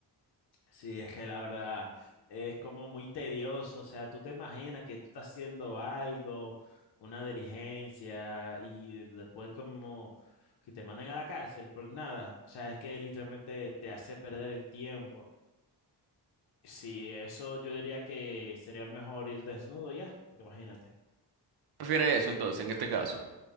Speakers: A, on the left; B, on the right.
A: Sí, es que la verdad es como muy tedioso, o sea, tú te imaginas que tú estás haciendo algo, una diligencia y después como que te manden a la cárcel por nada, o sea, es que literalmente te hace perder el tiempo. Sí, eso yo diría que sería mejor ir desnudo ya, porque imagínate.
B: ¿Prefieres eso entonces, en este caso?